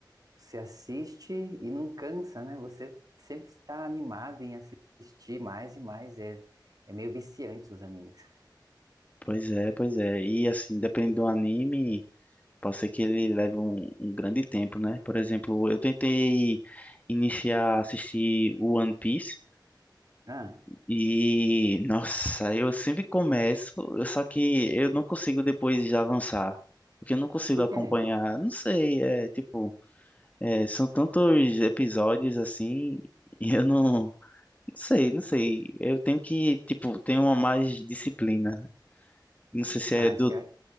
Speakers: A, on the right (about 50°); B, on the left (about 20°).
A: você assiste e não cansa, né? Você sempre está animado em assistir mais e mais, é, é meio viciante os animes.
B: Pois é, pois é. E assim, dependendo do anime, pode ser que ele leve um, um grande tempo, né? Por exemplo, eu tentei iniciar a assistir o One Piece
A: Ah,
B: e, nossa, eu sempre começo, eu- só que eu não consigo depois já avançar. Porque eu não consigo
A: por
B: acompanhar,
A: quê?
B: não sei, é tipo, é, são tantos episódios assim, <laughs> e eu não, não sei, não sei. Eu tenho que, tipo, ter uma mais disciplina. Não sei se
A: Ah,
B: é
A: acho
B: do
A: que é...